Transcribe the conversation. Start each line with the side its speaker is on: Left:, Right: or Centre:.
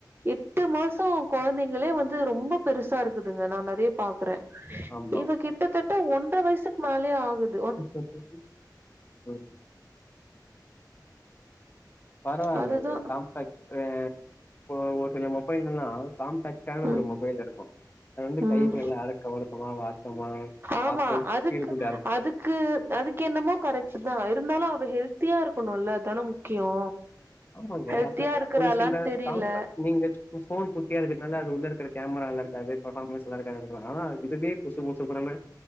Right: எட்டு மாசோ கொழந்தைங்களே வந்து ரொம்ப பெருசா இருக்குதுங்க நா நெறைய பாக் குறே
Left: ஆமாமா.
Right: இவ கிட்டத்தட்ட ஒன்ற வயசுக்கு மேலயே ஆகுத்
Left: <unintelligible> பரவால்ல
Right: அதுதா
Left: ஒரு காம்பேக்ட் அ இப்ப ஒரு சில மொபைல்லலா காம்பேக்ட் இல்லாத
Right: ம்
Left: ஒரு மொபைல் இருக்கு அது வந்து
Right: ம்
Left: கைக்கு நல்லா அடக்க ஒடுக்கமா வாட்டமா
Right: ஆமா
Left: பாக்க
Right: அதுக்கு
Left: கீழ குண்டா இருக்கு
Right: அதுக்கு அதுக்கு என்னமோ கரெக்ட்டு தா இருந்தாலு அவ ஹெல்த்தியா இருக்கணுல்ல அதானே முக்கியோ
Left: ஆமாங்க
Right: ஹெல்த்தியா
Left: அது
Right: இருக்கறாளான்னு
Left: ஒரு சில
Right: தெரில
Left: காம்பேக்ட் நீங்க சு உ ஃபோன் குட்டியா இருக்குறதுனால அது உள்ள இருக்குற கேமரா நல்லா இருக்காது பெர்ஃபாமன்ஸ் நல்ல இருக்காது வாங்கிடுவ ஆனா இதுவே புசு புசுன் பொறந்த